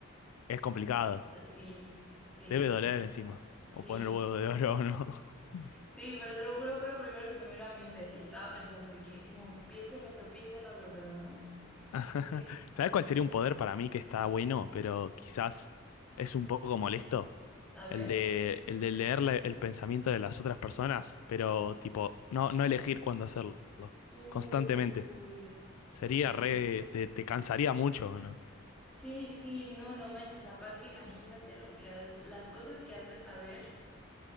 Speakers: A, on the left; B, in the centre.
A: Es complicado,
B: Sí, sí,
A: debe doler encima,
B: sí,
A: o poner huevo de oro o no. <laughs>
B: sí, pero te lo juro fue lo primero que se me vino a la mente y estaba pensando de que no, piensa en otro, piensa en otro, pero no,
A: <laughs> Ajá.
B: no sé.
A: ¿Sabes cuál sería un poder para mí que está bueno, pero quizás es un poco molesto?
B: A ver.
A: El de, el de leer la- el pensamiento de las otras personas, pero tipo, no, no elegir cuándo hacerlo,
B: Uy,
A: constantemente.
B: sí,
A: Sería re, te, te cansaría mucho, ¿no?
B: sí, sí, no, no manches, aparte imagínate lo que ha- las cosas que has de saber